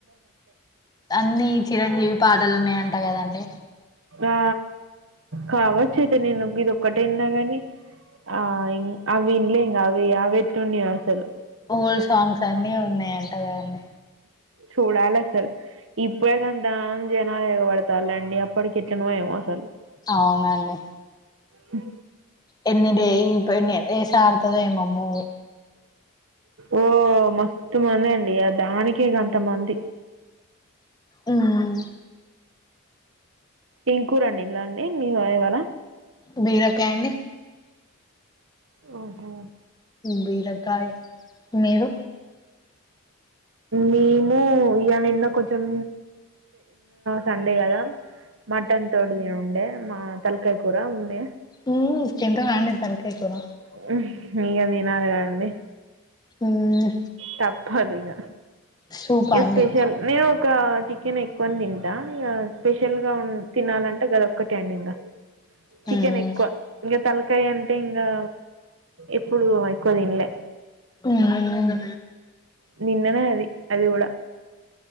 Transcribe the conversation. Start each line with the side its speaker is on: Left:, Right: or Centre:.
Left: అన్నిీ చిరంజీవి పాటలున్నా అంటా కదండి
Right: ఆ కావచ్చయితే నేను ఇదిక్కటైనా గాని ఆ అవి విన్నలే ఇం అవి అవి ఎట్ల ఉన్నాయో అసలు
Left: ఓల్డ్ సాంగ్స్ అన్నిీ ఉన్నాయంటగాదండి
Right: చూడాల అసల్ ఇప్పుడేక ఎంద జ యోగ పడతరండి అప్పటికి అట్లనో ఏమో అసలు
Left: అవునండి
Right: హ్మ్
Left: ఎన్ని డే <unintelligible> ఆడుతాడు ఏమో మూవీ
Right: ఓ మస్తు మంది అండి ఆ దానికి గంతమంది
Left: ఉమ్
Right: ఏంకూర అన్నిడిన్లు మీ ఇవళ
Left: బీరకాయా అండి
Right: ఓహో
Left: బీరకాయ మీరు
Right: మేము ఇగా నిన్న కొంచెం సండే కదా మటన్ తోడది ఉండే మా తలకాయ కూర ఉండే
Left: హ్మ్మ్ తింటారా అండి తలకాయ కూర
Right: <unintelligible> ఇగ తినాలే కదండి
Left: మ్మ్
Right: తప్పదు ఇగ
Left: సూపా
Right: ఇగా
Left: అండి
Right: స్పెషల్ నేను ఒక చికెన్ ఎక్కువని తింటా స్పెషల్ గా ఉ తినాలంటే గద ఒక్కట అండి ఇంకా చికెన్
Left: మ్మ్
Right: ఎక్కువ ఇంకా తలకాయ అంటే ఇంకా ఎప్పుడు ఎక్కువ తినలే
Left: ఉమ్
Right: నిన్ననే అది అది కూడా